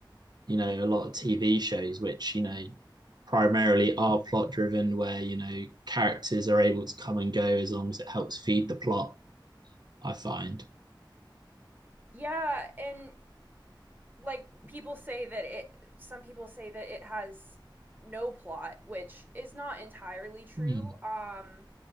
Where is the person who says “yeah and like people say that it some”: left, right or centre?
Right